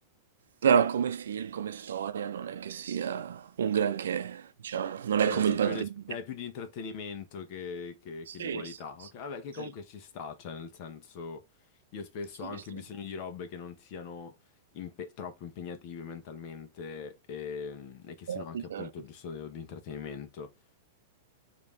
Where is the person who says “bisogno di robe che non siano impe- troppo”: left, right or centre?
Left